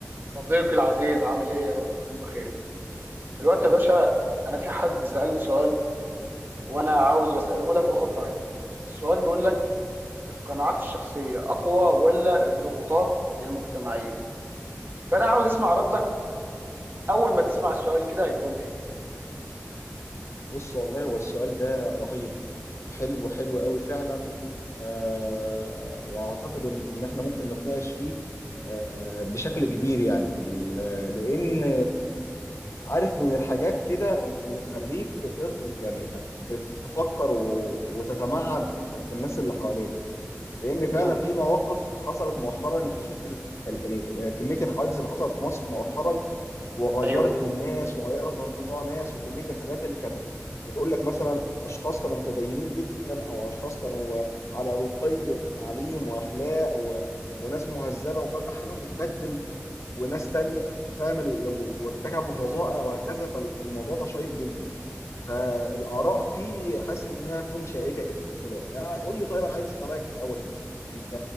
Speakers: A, on the right; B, on the left.
A: صديقي العزيز عامل ايه يا رب تكون بخير دلوقتي يا باشا انا في حد سألني سؤال وانا عاوز اساله لك واخد رايك السؤال بيقول لك القناعات الشخصيه اقوى ولا الضغوطات المجتمعيه فانا عاوز اسمع ردك اول ما تسمع السؤال كده هيكون ايه
B: بص والله هو السؤال ده رهيب حلو حلو قوي فعلا آه واعتقد ان ان احنا ممكن نتناقش فيه آه بشكل كبير يعني ال- لان عارف من الحاجات كده اللي تخليك تقد- يعني ت- ت- تفكر و- وتتمعن في في- في الناس اللي حواليك لان فعلا
A: امم
B: في مواقف حصلت مؤخرا انت شفت ال- ال- ال- كمية الحوادث اللي حصلت في مصر مؤخرا وغيرت
A: ايوه
B: من ناس وغيرت من طباع ناس وكميه الحاجات اللي كانت بتقول لك مثلا اشخاص كانوا متدينين جدا او اشخاص كانوا على رقي في تعليم واخلاق و... وناس مهذبه وفجاه حالهم اتبدل وناس تانية ف- فاهم ال- و- وارتكبوا فظائع
A: مم.
B: وهكذا فالموضوع ده شيق جدا فالاراء فيه حاسس انها تكون شائكه كده يعني قول لي طيب انا عايز اسمع رايك في الاول كده انت